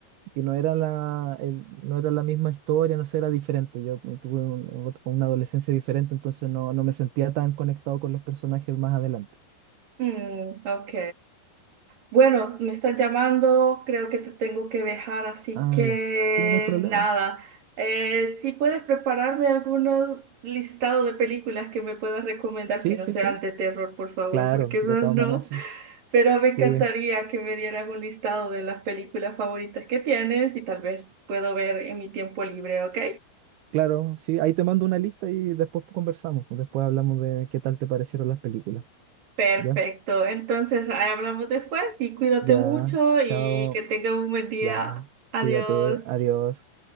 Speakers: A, on the right; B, on the right.
A: que no era la, el- no era la misma historia, no sé, era diferente. Yo tu- tuve un- ot- una adolescencia diferente, entonces no, no me sentía tan conectado con los personajes más adelante.
B: Mm, ok. Bueno, me están llamando, creo que te tengo que dejar, así
A: Ah,
B: que
A: ya. Sí, no hay problema.
B: nada. Eh, si puedes prepararme algún listado de películas que me puedas recomendar
A: Sí,
B: que no
A: sí,
B: sean
A: sí.
B: de terror, por favor,
A: Claro,
B: porque esas
A: de todas
B: no.
A: maneras, sí.
B: Pero me
A: Sí,
B: encantaría que me dieras un listado de las películas favoritas que tienes y tal vez puedo ver en mi tiempo libre, ¿ok?
A: claro, sí. Ahí te mando una lista y después conversamos. pues, Después hablamos de qué tal te parecieron las películas.
B: Perfecto.
A: ¿Ya?
B: Entonces, ahí hablamos después y cuídate
A: Ya.
B: mucho y
A: Chao.
B: que tengas un buen día.
A: Ya,
B: Adiós.
A: cuídate, adiós.